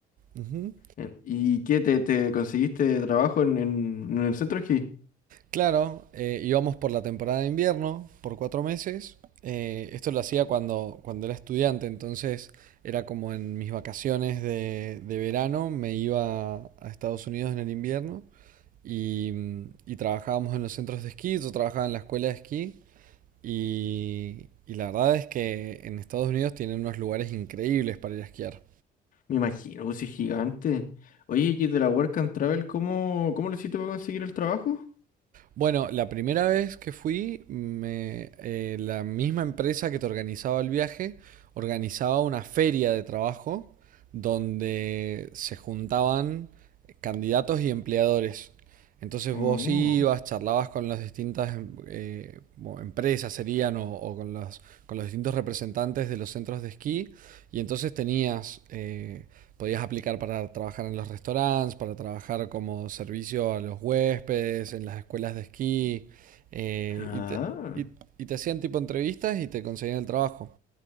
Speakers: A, on the right; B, on the left.
A: Ujú.
B: Eh, ¿Y qué te, te conseguiste trabajo en, en, en el centro aquí?
A: Claro, eh, íbamos por la temporada de invierno, por cuatro meses. Eh, esto lo hacía cuando, cuando era estudiante, entonces era como en mis vacaciones de, de verano, me iba a Estados Unidos en el invierno y, mm, y trabajábamos en los centros de esquí, yo trabajaba en la escuela de esquí. Y, y la verdad es que en Estados Unidos tienen unos lugares increíbles para ir a esquiar.
B: Me imagino, pues si es gigante. Oye, y de la Work and Travel, ¿cómo, cómo lo hiciste para conseguir el trabajo?
A: Bueno, la primera vez que fui, me- eh, la misma empresa que te organizaba el viaje organizaba una feria de trabajo donde se juntaban candidatos y empleadores Entonces
B: Oh.
A: vos ibas, charlabas con las distintas em- eh, mo- empresas, serían, o, o con los, con los distintos representantes de los centros de esquí, y entonces tenías, eh, podías aplicar para trabajar en los restaurantes, para trabajar como servicio a los huéspedes, en las escuelas de esquí, eh,
B: Ah,
A: y te, y- y te hacían tipo entrevistas y te conseguían el trabajo.